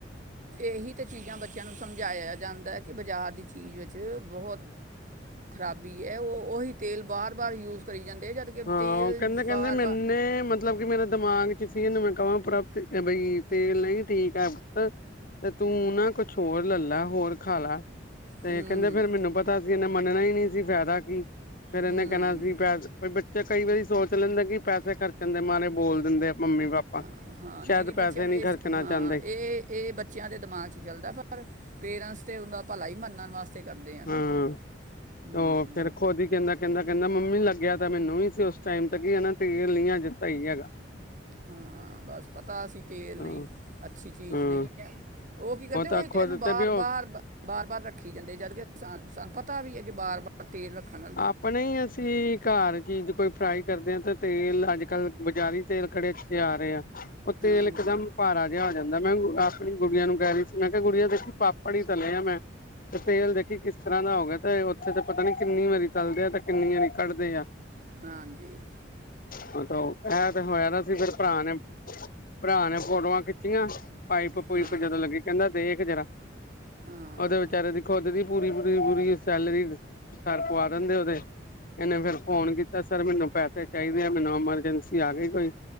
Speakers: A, on the right; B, on the left.
A: ਇਹੀ ਤਾਂ ਚੀਜ਼ਾਂ ਬੱਚਿਆਂ ਨੂੰ ਸਮਝਾਇਆ ਜਾਂਦਾ ਕਿ ਬਾਜ਼ਾਰ ਦੀ ਚੀਜ਼ ਵਿੱਚ ਬਹੁਤ ਖ਼ਰਾਬੀ ਹੈ ਉਹ ਉਹੀ ਤੇਲ ਬਾਰ- ਬਾਰ ਯੂਜ ਕਰੀ ਜਾਂਦੇ ਜਦ ਕਿ
B: ਹਾਂ
A: ਤੇਲ
B: ਕਹਿੰਦੇ-ਕਹਿੰਦੇ
A: ਬਾਰ-ਬਾਰ
B: ਮਿਨੇ ਮਤਲਬ ਕਿ ਮੇਰਾ ਦਿਮਾਗ ਚ ਸੀ ਇਹਨੂੰ ਮੈਂ ਕਵਾਂ ਪ੍ਰਭ ਬਈ ਤੇਲ ਨਹੀਂ ਠੀਕ ਹੈ। ਤੇ ਤੂੰ ਨਾ ਕੁਛ ਹੋਰ ਲੈ ਲਾ ਹੋਰ ਖਾ ਲਾ ਤੇ
A: ਹੂੰ
B: ਕਹਿੰਦੇ ਫਿਰ ਮੈਨੂੰ ਪਤਾ ਸੀ ਇਹਨਾ ਮੰਨਣਾ ਹੀ ਨਹੀਂ ਸੀ ਫਾਇਦਾ ਕੀ ਫਿਰ ਇਹਨੇ
A: ਹੂੰ
B: ਕਹਿਣਾ ਸੀ ਦੀ ਪੈਲਸ <unintelligible> ਫਿਰ ਕਈ ਵਾਰੀ ਸੋਚ ਲੈਂਦੇ ਕਿ ਪੈਸੇ ਖਰਚਣ ਦੇ ਮਾਰੇ ਬੋਲ ਦਿੰਦੇ ਆ ਮੰਮੀ ਪਾਪਾ
A: ਹਾਂ ਹਾਂ
B: ਸ਼ਾਇਦ
A: ਨਹੀਂ ਨਹੀਂ
B: ਪੈਸੇ
A: ਬੱਚਿਆਂ ਨੂੰ ਇਸ
B: ਖਰਚਣਾ
A: ਹਾਂ
B: ਚਾਹੁੰਦੇ
A: ਇਹ ਇਹ ਬੱਚਿਆਂ ਦੇ ਦਿਮਾਗ ਚ ਚੱਲਦਾ ਪਰ ਪੇਰੈਂਟਸ ਤੇ ਉਹਦਾ ਭਲਾ ਹੀ ਮੰਨਣ ਵਾਸਤੇ ਕਰਦੇ ਆ ਹਨਾ
B: ਹਾਂ
A: ਹੂ।
B: ਉਹ ਫੇਰ ਖੁਦ ਹੀ ਕਹਿੰਦਾ ਕਹਿੰਦਾ ਕਹਿੰਦਾ ਮੰਮੀ ਲੱਗਿਆ ਤਾਂ ਮੈਨੂੰ ਵੀ ਸੀ ਉਸ ਟਾਈਮ ਤੇ ਇਹਨਾ ਤੇਲ ਨੀ ਅੱਜ ਸਹੀ ਹੈਗਾ। <inaudible>
A: ਹਾਂ ਬਸ ਪਤਾ ਸੀ ਤੇਲ
B: ਹਾਂ
A: ਨਹੀਂ ਅੱਛੀ ਚੀਜ਼
B: ਹਾਂ
A: ਨਹੀਂ ਹੈ। ਉਹ ਕੀ ਕਰਦੇ
B: ਤਾਂ
A: ਉਹੀਂ ਇਕ
B: ਖੁਦ
A: ਨੂੰ ਬਾਰ
B: ਤੇ ਵੀ ਉਹ
A: ਬਾਰ ਬਾਰ ਬਾਰ ਰੱਖੀ ਜਾਂਦੇ ਜਦ ਕਿ ਸਾਨੂੰ ਪਤਾ ਵੀ ਹੈ ਕਿ ਬਾਰ ਬਾਰ ਤੇਲ ਰੱਖਣਾ
B: ਆਪਣੇ ਹੀ ਅਸੀਂ ਘਰ ਚੀਜ਼ ਕੋਈ ਫਰਾਈ ਕਰਦੇ ਹਾਂ ਤੇ ਤੇਲ ਅੱਜ ਕੱਲ ਬਜ਼ਾਰੀ ਤੇਲ ਖੜੇ ਅਥੇ ਆ ਰਹੇ ਆ ਉਹ ਤੇਲ
A: ਹਾਂਜੀ
B: ਇਕਦਮ ਭਾਰਾ ਜਿਹਾ ਹੋ ਜਾਂਦਾ ਮੈਂ ਆਪਣੀ ਗੁੜੀਆਂ ਨੂੰ ਕਹਿ ਰਹੀ ਸੀ ਮੈਂ ਕਿਹਾ ਗੁੜੀਆਂ ਦੇਖੀ ਪਾਪੜ ਹੀ ਤਲੇ ਆ ਮੈਂ ਤੇ ਤੇਲ ਦੇਖੀ ਕਿਸ ਤਰ੍ਹਾਂ ਦਾ ਹੋ ਗਿਆ ਤੇ ਉੱਥੇ ਤੇ ਪਤਾ ਨੀ ਕਿੰਨੀ ਵਾਰੀ ਤਲਦੇ ਆ ਤੇ ਕਿੰਨੀ ਵਾਰੀ ਕੱਢਦੇ ਆ
A: ਹਾਂਜੀ
B: ਕਾਤੋਂ ਇਹ ਤੇ ਹੋਇਆ ਨਾ ਸੀ ਫਿਰ ਭਰਾ ਨੇ ਭਰਾ ਨੇ ਫੋਟੋਆਂ ਖਿੱਚੀਆਂ ਪਾਈਪ ਪੁਈਪ
A: ਹਾਂ
B: ਜਦੋਂ ਲੱਗੀ ਕਹਿੰਦਾ ਦੇਖ ਜਰਾ
A: ਹਾਂ
B: ਉਹਦੇ ਵਿਚਾਰੇ ਖੁਦ ਦੀ ਪੂਰੀ-ਪੂਰੀ ਪੂਰੀ ਸੈਲਰੀ ਘਰ ਖੁਆਬ ਰਹਿੰਦੇ ਉਹਦੇ ਇਹਨੇ ਫਿਰ ਫੋਨ ਕੀਤਾ ਸਰ ਮੈਨੂੰ ਪੈਸੇ ਚਾਹੀਦੇ ਆ ਮੈਨੂੰ ਐਮਰਜੈਂਸੀ ਆ ਗਈ ਕੋਈ